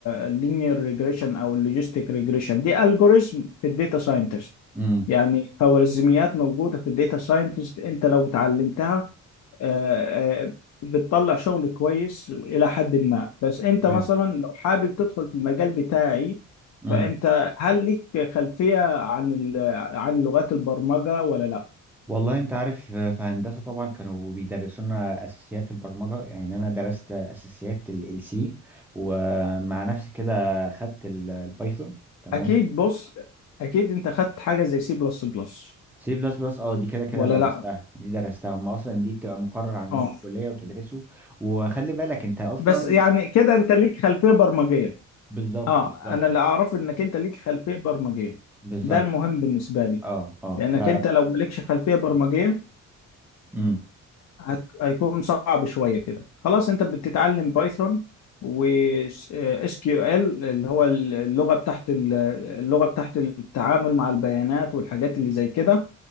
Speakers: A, on the left (about 65°); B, in the centre.
A: اللينير ريجريشن أو اللوجيستيك ريجريشن دي ألجوريزم في الداتا ساينتست
B: امم
A: يعني خوارزميات موجودة في الداتا ساينتست أنت لو اتعلمتها آه، آه، بتطلع شغل كويس إلى حد ما بس أنت
B: فهمت
A: مثلا لو حابب تدخل في المجال بتاعي
B: امم
A: فأنت هل ليك خلفية عن ال- عن لغات البرمجة ولا لا؟
B: والله أنت عارف آه، في هندسة طبعا كانوا بيدرسونا أساسيات البرمجة يعني أنا درست أساسيات ال سي ومع نفسي كده خدت البايثون تمام
A: أكيد بص أكيد أنت خدت حاجة زي سي بلس بلس
B: سي بلس بلس اه دي كده كده
A: ولا
B: درستها
A: لا؟
B: دي درستها هم اصلا دي بتبقى مقرر عندنا
A: أه
B: في الكليه وتدرسه وخلي بالك انت اصلا
A: بس يعني كده أنت ليك خلفية برمجية
B: بالظبط
A: أه
B: بالظبط
A: أنا اللي أعرفه إنك أنت ليك خلفية برمجية
B: بالظبط
A: ده المهم بالنسبة لي
B: اه اه
A: لأنك
B: ف
A: أنت لو مالكش خلفية برمجية
B: امم
A: هت- هيكون صعب شويه كده خلاص انت بتتعلم بايثون و اس كيو ال اللي هو اللغه بتاعت ال- اللغه بتاعت التعامل مع البيانات والحاجات اللي زي كده